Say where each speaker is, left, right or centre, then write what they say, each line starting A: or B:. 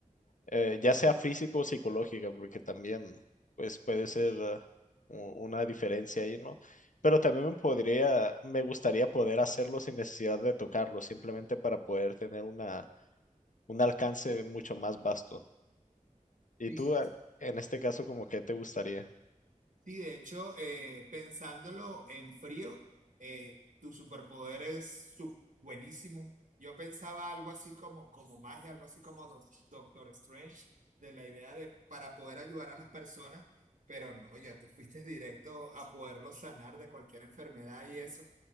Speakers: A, on the left; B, on the right.
A: eh, ya sea físico o psicológica, porque también pues puede ser eh, u- una diferencia ahí, ¿no? Pero también me podría, me gustaría poder hacerlo sin necesidad de tocarlo, simplemente para poder tener una, un alcance mucho más vasto. ¿Y
B: sí.
A: tú, eh, en este caso, como que te gustaría?
B: Sí, de hecho, eh, pensándolo en frío, eh, tu superpoder es su- buenísimo. Yo pensaba algo así como, como magia, algo así como Doc- Doctor Strange, de la idea de para poder ayudar a las personas, pero no, ya tú fuiste directo a poderlo sanar de cualquier enfermedad y eso.